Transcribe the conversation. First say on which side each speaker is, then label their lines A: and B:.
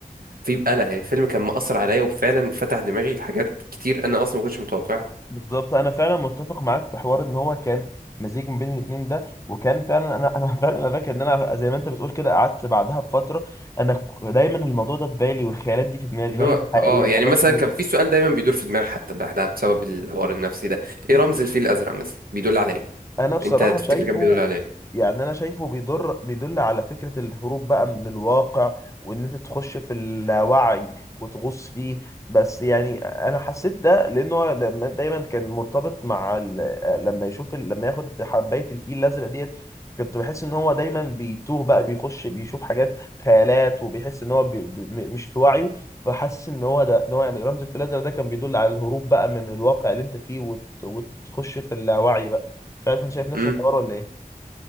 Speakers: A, on the right; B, on the left.
A: في بقلق يعني الفيلم كان مأثر عليا وفعلا فتح دماغي لحاجات كتير أنا أصلا ما كنتش متوقعها
B: بالظبط انا فعلا متفق معاك في حوار ان هو كان مزيج من بين الاثنين ده وكان فعلا انا انا <laughs> فعلا انا فاكر ان انا زي ما انت بتقول كده قعدت بعدها بفتره انا ك- دايما الموضوع ده في بالي والخيالات دي في دماغي
A: اللي هو
B: هل دي حقيقيه
A: اه
B: الحاجات
A: يعني مثلا
B: دي
A: كان في سؤال دايما بيدور في دماغي حتى بعدها بسبب الحوار النفسي ده ايه رمز الفيل الازرق مثلا بيدل على ايه
B: انا بصراحه
A: انت تفتكر
B: شايفه
A: كان بيدل على ايه
B: يعني انا شايفه بيضر بيدل على فكره الهروب بقى من الواقع وان انت تخش في اللاوعي وتغوص فيه بس يعني انا حسيت ده لانه هو دايما دايماً كان مرتبط مع ال... لما يشوف ال... لما ياخد حبايه الفيل الازرق ديت كنت بحس ان هو دايما بيتوه بقى بيخش بيشوف حاجات خيالات وبيحس ان هو بي... بي... م- مش في وعيه فحاسس ان هو ده ان هو يعني رمز الفيل الازرق ده كان بيدل على الهروب بقى من الواقع اللي انت فيه وت... وتخش في اللاوعي بقى. مش عارف انت شايف نفس
A: امم
B: الحوار ولا ايه